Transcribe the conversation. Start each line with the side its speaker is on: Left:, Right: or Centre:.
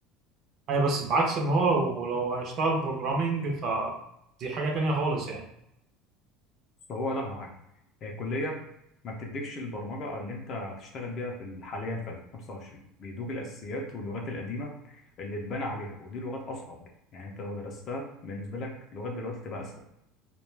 Right: اي بس بعكس ان هو لو لو هيشتغل بروجرامنج فدي حاجه تانيه خالص يعني
Left: بس هو لا على حاجه هي الكليه ما بتديكش البرمجه او اللي انت هتشتغل بيها في ال- حاليا في 2025 بيدوك الاساسيات واللغات القديمه اللي اتبنى عليها ودي لغات اصعب يعني انت لو درستها بالنسبه لك لغات دلوقتي تبقى اسهل